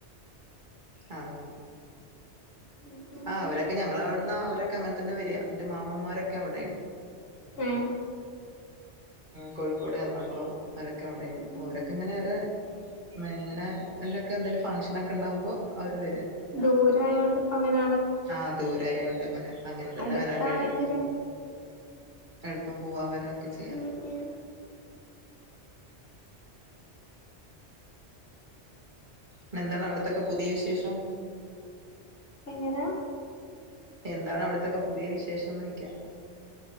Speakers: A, on the right; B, on the left.
A: ആഹ
B: ഉം ഉം
A: ആഹ് അവരൊക്കെ ഞങ്ങളവിടുന്ന് അവരൊക്കെ അങ്ങനെ തന്നെ വരിക എന്റെ മാമമാരൊക്കെ അവിടെന്ന്
B: ഉം
A: കോഴിക്കോട് എറണാകുളം അവരൊക്കെ അവിടെണ്
B: ഉം
A: അപ്പൊ
B: ഉം
A: അവരൊക്കെ ഇങ്ങനെ അവരെ മങ്ങനെ എല്ലൊക്കെ എന്തായാലും ഫംഗഷനക്കെ ഉണ്ടാവുമ്പോ അവര് വ
B: ദൂരായോണ്ട് ഇപ്പ അങ്ങന
A: ആഹ ദൂരായോണ്ട് അങ്ങനെ അങ്ങനെ തന്നെ
B: അടുത്താണെങ്കില്
A: വരാൻ കഴിയുള്ളൂ പ്പം പോവാവരൊക്കെ ചെയ്യ
B: ഉം ഉം
A: പി എന്താണ് അവിടത്തൊക്കെ പുതിയ വിശേഷം
B: എങ്ങനെ
A: എന്താണ് അവിടത്തൊക്കെ പുതിയ വിശേഷംന്നോയ്ക്ക്യാ